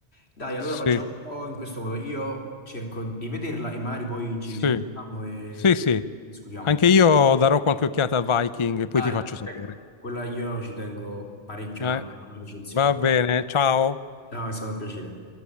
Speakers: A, on the left; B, on the left.
A: Dai, allora
B: Sì,
A: facciamo in questo modo, io cerco di vederla e magari poi ci
B: sì,
A: risentiamo e,
B: sì, sì.
A: e discutiamo.
B: Anche io darò qualche occhiata a Viking e poi
A: Dai,
B: ti faccio sapere.
A: ecco, quella io ci tengo parecchio
B: Eh,
A: a una, a una recensione.
B: va bene, ciao.
A: Ciao, è stato un piacere.